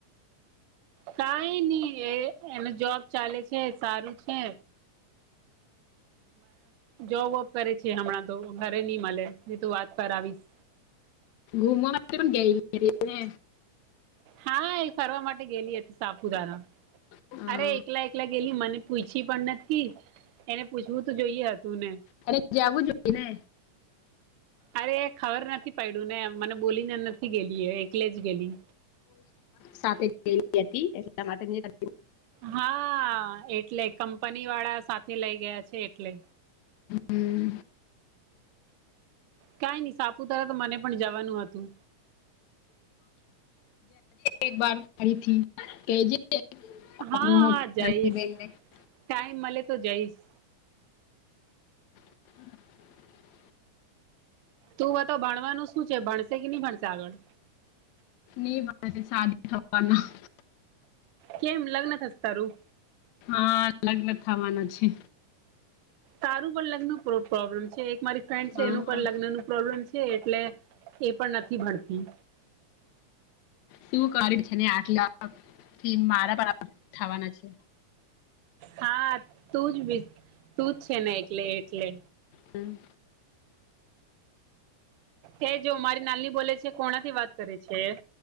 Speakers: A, on the right; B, on the left.
A: કઈ નઈ એ એને જોબ ચાલે છે સારું છે. જોબ વોબ કરે છે હમણાં તો ઘરે નઈ મળે એ તું વાત કરાવીશ.
B: ઘુમવાના માટે પણ ગયને
A: હા ફરવા માટે ગયેલી હતી સાપુતારા
B: હા.
A: અરે એકલા એકલા ગયેલી મને પૂછી પણ નથી એને પૂછવું તો જોઈએ હતું ને
B: અને જવું જોઈએ ને
A: અરે ખબર નથી પડ્યું ને મને બોલીને નથી ગયેલી એ એકલે જ ગયેલી.
B: સાથે હતી એટલા માટે
A: હા એટલે કંપની વાળા સાથે લઇ ગયા છે એટલે
B: હમ.
A: કઈ નઈ સાપુતારા તો મને પણ જવાનું હતું.
B: એક બ પડીથી કેજ <inaudible>
A: હા
B: <unintelligible> મોટી.
A: હા જઈશ
B: <inaudible>
A: ટાઈમ મલે તો જઈશ.
B: <inaudible>
A: તું વટો ભણવાનું શું છે ભણશે કે નહી ભણશે આગળ
B: ની ભણે સાદી <inaudible>
A: કેમ લગ્ન થશે તારું
B: હા લગ્ન થાવાના છે.
A: તારું પર લગ્ન પ્રોબ્લમ છે એક મારી ફ્રેન્ડ છે
B: હા
A: એનું પણ લગ્ન નું પ્રોબ્લેમ છે એટલે એ પણ નથી ભણતી.
B: તુ કરે છે ને આટલા થી મારા પણ થવાના છે.
A: હા તું વિથ તું જ છે ને એટલે એટલે
B: હમ્મ
A: હે જો મારી નાલ્લી બોલે છે કોણા થી વાત કરે છે.